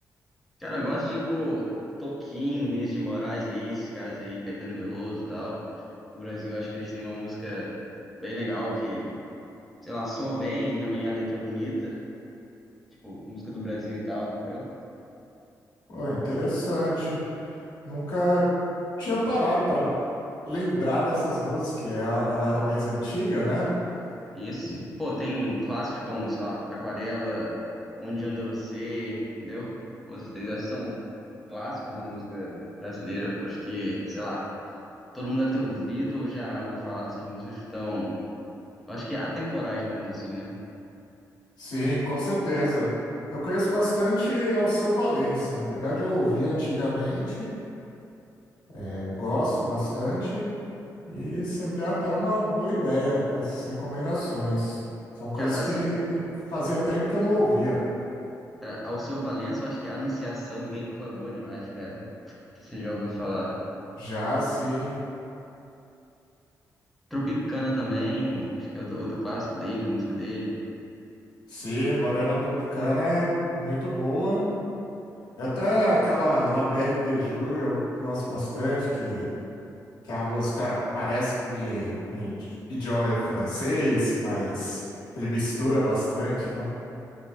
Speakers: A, in the centre; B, on the left.
A: Cara, eu gosto tipo Toquinho, Vinícius de Moraes aí, esses caras aí, Caetano Veloso e tal. No Brasil, eu acho que eles têm uma música bem legal que, sei lá, soa bem, também a letra é bonita, tipo, música do Brasil e tal, entendeu?
B: Pô, interessante. Nunca tinha parado pra lembrar dessas músicas, que é a galera mais antiga, né?
A: Isso.
B: E-
A: Pô, tem clássicos como, sei lá, Aquarela, Onde Anda Você, entendeu? Pô, esses daí eu acho que são clássicos da música brasileira, pô. Acho que, sei lá, todo mundo deve ter ouvido ou já ouviu falar dessas músicas que estão, eu acho que atemporais, né, vamos dizer assim, né?
B: sim, com certeza. Eu conheço bastante Alceu Valença. Na verdade, eu ouvi antigamente, é, gosto bastante, e você me deu até uma boa ideia com essas recomendações. São coisas
A: Cara,
B: que
A: a seu,
B: fazia tempo que eu não ouvia.
A: cara, Alceu Valença, eu acho que a anunciação dele, pô, é boa demais, cara. Você já ouviu falar.
B: Já, sim.
A: Tropicana também, acho que é outro, outro clássico dele, a música dele.
B: Sim, Morena Tropicana é muito boa. É Até aquela La Belle de Jour eu gosto bastante, que, que a música parece que, com idi- idioma francês, mas ele mistura bastante, né?